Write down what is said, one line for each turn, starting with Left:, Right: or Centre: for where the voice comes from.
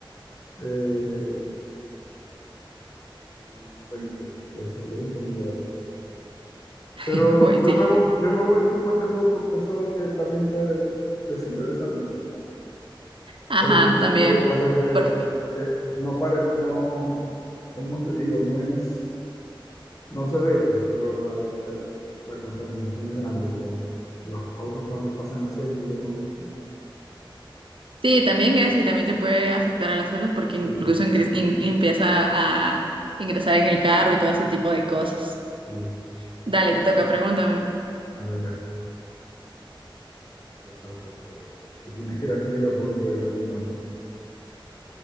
Left: eh, unos 20, puede ser 20 o media hora. Pero
Right: <laughs> Voy, sí.
Left: yo me voy, yo me voy por, más que todo por pensar de que también te, te sirve de salud.
Right: Ajá,
Left: Lo que,
Right: también.
Left: lo que pasa que,
Right: Por-
Left: que eh, no pare, no, cómo te digo, no es, no se ve, pues, pero la, el- la contaminación es grande con los autos cuando pasan aceite y botan mucho.
Right: sí, también eso y también te puede afectar a las salud porque
Left: Sí,
Right: incluso
Left: sí,
Right: ingres- in- empieza a ingresar en el carro y todo ese tipo de cosas.
Left: sí.
Right: Dale, te toca, pregúntame.
Left: A ver, déjame pensar porque tú tienes creatividad por lo que veo, yo no tanta.